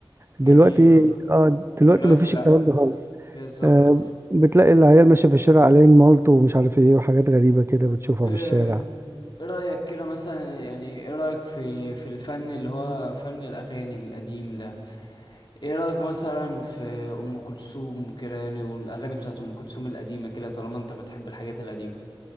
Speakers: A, on the right (about 25°); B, on the left (about 50°).
A: دلوقتي
B: جميل اه
A: اه
B: دلوقتي
A: دلوقتي مفيش
B: لا
A: الكلام ده خالص
B: بالظبط
A: آه، بتلاقي العيال ماشية في الشارع على مالطو ومش عارف ايه وحاجات غريبة كده بتشوفها
B: آه،
A: في الشارع
B: ايه رأيك كده مثلا يعني ايه رأيك في في الفن اللي هو فن الأغاني القديم ده ايه رأيك مثلا في ام كلثوم كده يعني والاغاني بتاعت ام كلثوم القديمة كده طالما انت بتحب الحاجات القديمة